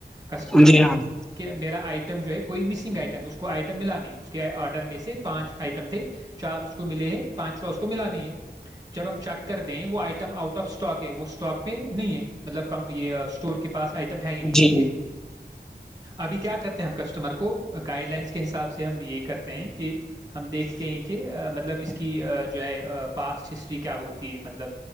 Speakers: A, on the right; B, in the centre.
A: تو
B: جی ہاں <unintelligible>
A: میرا آئٹم جو ہے کوئی مسنگ آئٹم ہے اس کو آٹم آڈر میں سے پانچ آٹم تھے چار مے پانچو کو م ہے جب ہم چیک کرتے وہ آٹم آؤٹ آف اسٹاک ہے وہ اسٹاک میں نہیں مطلبٹور کے پاس آ <unintelligible> ہے ہی نہیں
B: جی
A: ٹھیک ہے <unintelligible> ابھی کیا کرتے ہیں ہم کسٹمر کو گائڈ لائنس کے حساب سے ہم یہ کرتے ہیں کہ ہم دیکھتے ہیں کہ مطلب اس کی جو ہے پاسٹ ہسٹری کیا ہوتی ہے مطلب